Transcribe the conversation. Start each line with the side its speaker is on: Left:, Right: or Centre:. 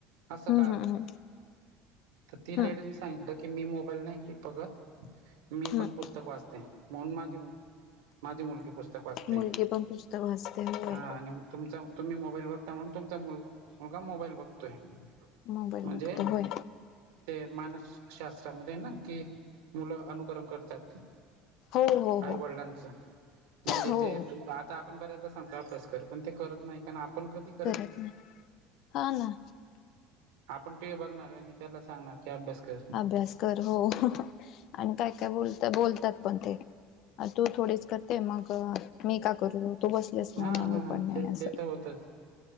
Right: असं
Left: हम्म,
Right: का
Left: हम्म, हम्म.
Right: तर ती
Left: हम्म
Right: लेडीजने सांगितलं की मी मोबाईल नाही घेत बघत. मी
Left: हम्म
Right: पण पुस्तक वाचते म्हणून माझी मु माझी मुलगी पुस्तक वाचते
Left: मुलगी पण पुस्तक वाचते होय.
Right: हा आणि तुमचा तुम्ही मोबाईल बघता म्हणून तुमचा मुलगा, मुलगा मोबाईल बघतोय.
Left: मोबाईल
Right: म्हणजे
Left: बघतो होय
Right: ते मानस शास्त्रामध्ये ना कि मुलं अनुक्रम करतात.
Left: हो हो
Right: आई,
Left: हो
Right: वडिलांचं म्हणजे
Left: हो
Right: ते तू आता आपण बऱ्याच सांगतो अभ्यासकर पण ते करत नाही कारण आपण कधी
Left: करत नाही हाना.
Right: आपण टीव्ही बघणार आणि त्याला सांगणार की अभ्यास कर.
Left: अभ्यास कर हो आणि काय, काय बोलता, बोलतात पण ते. तू थोडीच करते मग मी का करू? तो बसलेसना
Right: हा
Left: म
Right: हा
Left: मी पण नाही
Right: ते
Left: असं
Right: ते तर होतच